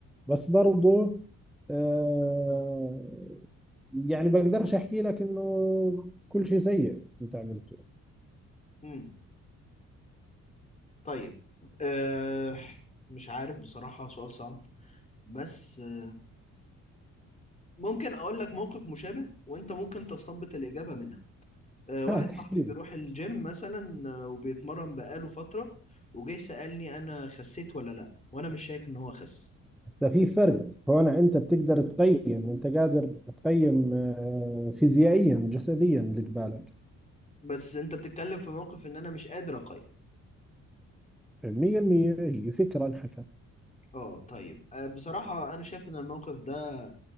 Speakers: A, in the centre; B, on the left (about 25°).
A: بس برضو آه يعني بقدرش احكي لك انه كل شيء سيء انت عملته
B: مم. طيب أه مش عارف بصراحة سؤال صعب بس آه، ممكن أقول لك موقف مشابه وأنت ممكن تستنبط الإجابة منها أه واحد
A: ها تحكي
B: صاحبي
A: لي.
B: بيروح الجيم مثلا آه، وبيتمرن بقاله فترة وجاي سألني أنا خسيت ولا لأ وأنا مش شايف إن هو خس
A: ده في فرق هون انت بتقدر تقيم انت قادر تقيم آه فيزيائيا جسديا اللي قبالك
B: بس أنت بتتكلم في موقف إن أنا مش قادر أقيم
A: 100% هي فكره انحكى
B: أه طيب أه بصراحة أنا شايف إن الموقف ده